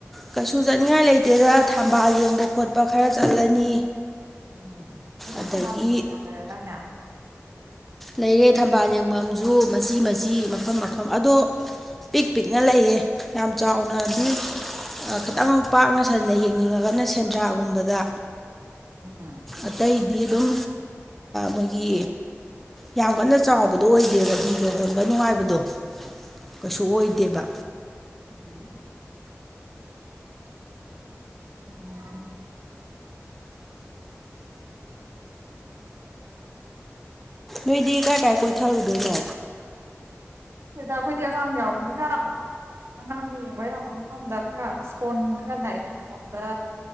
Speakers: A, in the centre; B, on the right.
A: ꯀꯩꯁꯨ ꯆꯠꯅꯤꯡꯉꯥꯏ ꯂꯩꯇꯦꯗ ꯊꯝꯕꯥꯜ ꯌꯦꯡꯕ ꯈꯣꯠꯄ ꯈꯔ ꯆꯠꯂꯅꯤ
B: ꯎꯝ ꯍꯧꯖꯤꯛ
A: ꯑꯗꯒꯤ
B: ꯊꯝꯕꯥꯜꯂꯤ ꯃ ꯃꯌꯥꯝ ꯂꯩꯔꯗꯥꯅꯦ?
A: ꯂꯩꯔꯦ ꯊꯝꯕꯥꯜ ꯌꯦꯡꯐꯝꯁꯨ ꯃꯆꯤ-ꯃꯆꯤ ꯃꯐꯝ-ꯃꯐꯝ ꯑꯗꯣ ꯄꯤꯛ-ꯄꯤꯛꯅꯗꯤ ꯂꯩꯌꯦ ꯌꯥꯝ ꯆꯥꯎꯅꯗꯤ ꯑꯥ ꯈꯤꯇꯪ ꯄꯥꯛꯅ ꯁꯟꯅ ꯌꯦꯡꯅꯤꯡꯉꯒꯅ ꯁꯦꯟꯗ꯭ꯔꯥꯒꯨꯝꯕꯗ
B: ꯎꯝ꯫
A: ꯑꯇꯩꯗꯤ ꯑꯗꯨꯝ ꯃꯈꯣꯏꯒꯤ ꯌꯥꯝ ꯀꯟꯅ ꯆꯥꯎꯕꯗꯣ ꯑꯣꯏꯗꯦꯕ ꯍꯤꯡꯗ ꯍꯣꯟꯕ ꯅꯨꯡꯉꯥꯏꯕꯗꯣ ꯀꯩꯁꯨ ꯑꯣꯏꯗꯦꯕ
B: ꯎꯝ꯫ ꯎꯝ꯫
A: ꯅꯣꯏꯗꯤ ꯀꯥꯏ-ꯀꯥꯏ ꯀꯣꯏꯊꯔꯨꯗꯨꯐꯢꯅꯣ?
B: ꯈꯪꯗꯦꯗ ꯑꯩꯈꯣꯏꯗꯤ ꯑꯉꯥꯡ ꯌꯥꯎꯕꯅꯤꯅ ꯑꯉꯥꯡꯗ ꯌꯦꯡꯕ ꯌꯥꯕ ꯃꯐꯝꯗ ꯈꯔ ꯏꯁ꯭ꯀꯣꯟ ꯈꯔ ꯅꯥꯏꯦ ꯏꯁ꯭ꯀꯣꯟꯗ